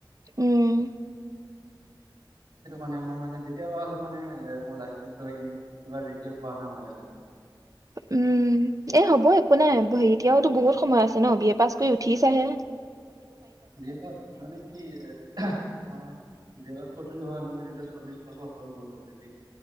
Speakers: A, on the right (about 45°); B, on the right (about 65°).
A: উম।
B: সেইটো কাৰণে মই মানে তেতিয়াবা হলো। মানে মোৰ লাইফতো থৈ পিনে কিবা ৰিতেয়েৰ হোৱা নিচিনা হৈ আছে।।
A: উম এ হ'ব একো নাই এতিয়াওতো বহুত সময় আছে ন, বি এ পাছ কৰি উঠি চাহে।
B: বিয়ে পছ মানে কি এ? আমাৰ বিযেলক সোধ হয় মোৰ ইনটেজ বিছ বছৰ হৈ গ'ল অলৰেডি